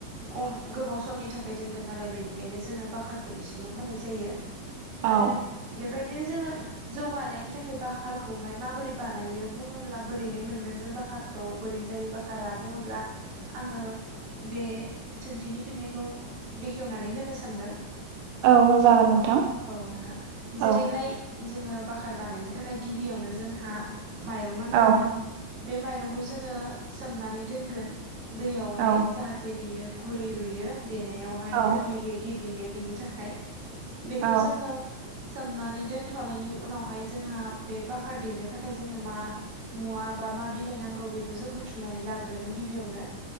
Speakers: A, on the right; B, on the right.
A: खम, गोबाव समनि थाखाय दोनगोन नालाय बेनिखायनो जोङो बाकारखौ एसेल' होनाय जायो।
B: औ
A: आरो बे बेबायदिनो जोङो जौ बानायनि थाखाय बाखारखौहाय माबोरै बानाय बुङोब्ला <unintelligible> बोरैहाय मोनगोन जों बाकारखौ बोरै जायो बाखारा बुङोब्ला? आङो बे सोंथिनि फिननायखौ बेखेवनानै होनो सानदों।
B: औ जागोन नोंथां
A: औ नोंथां
B: औ
A: जेरैहाय जोङो बाखार बानायनो थाखाय, गिबियावनो जोंहा माइरं नांग्रोगोन।
B: औ
A: बे माइरंखौ जोङो सोमनानै दोनगोन। दैयावहाय
B: औ
A: जाहाथे बियो गुरै रुयो। देनायावहाय
B: औ
A: गोरलैयै गेब्लेयो। बिनि थाखाय बेखौ
B: औ
A: जोङो। सोमनानै दोनथ'नायनि उनावहाय, जोंहा बे बाखार देनो थाखाय जोंनो मा मुवा बा मा बिलाइ नांगौ, बेखौ जों बुथुमनानै लाग्रोगोन गिबियावनो।